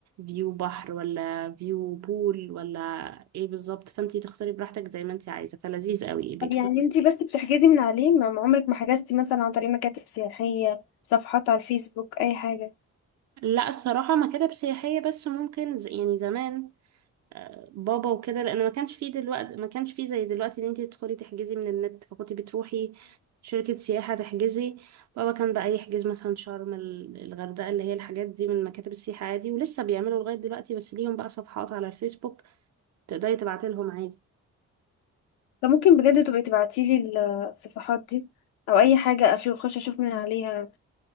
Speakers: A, on the right (about 45°); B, on the left (about 80°).
A: فيو بحر ولا فيو بول ولا ايه بالظبط فانت تختاري براحتك زي ما انت عايزة فلذيذ قوي بيدخل
B: طب يعني انت بس بتحجزي من عليه ما ما عمرك ما حجزتي مثلا عن طريق مكاتب سياحية صفحات على الفيسبوك اي حاجة
A: لا الصراحة مكاتب سياحية بس ممكن ز- يعني زمان آه، بابا وكده لان ما كانش فيه دلوقتي ما كانش فيه زي دلوقتي ان انت تدخلي تحجزي من النت فكنت بتروحي شركة سياحة تحجزي بابا كان بقى يحجز مثلا شرم ال- الغردقة اللي هي الحاجات دي من مكاتب السياحة عادي ولسه بيعملوا لغاية دلوقتي بس ليهم بقى صفحات على الفيسبوك تقدري تبعتي لهم عادي
B: فممكن بجد تبقي تبعتيلي ال- الصفحات دي او اي حاجه اشوف اخش اشوف من عليها